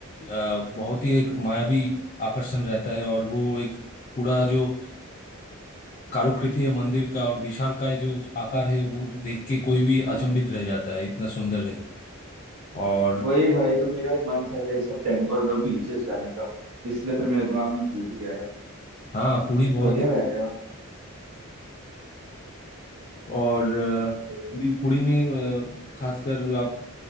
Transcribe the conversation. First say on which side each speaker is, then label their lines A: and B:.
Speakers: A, on the left (about 35°); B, on the right (about 75°).
A: अ, बहुत ही एक मायावी आकर्षण रहता है और वो एक पूरा जो अ, कारुकृति है मंदिर का और विशालकाय जो आकार है वो देख के कोई भी अचंभित रह जाता है इतना सुंदर है और
B: वही भाई तो मेरा भी मन था ये सब टेम्पल और बीचेस जाने का इसलिए फिर मेरे दिमाग में पूरी आया
A: हाँ पुरी बहुत
B: बढ़िया
A: ही
B: रहेगा
A: और अ,
B: फिर।
A: भी पुरी में अ, खासकर आप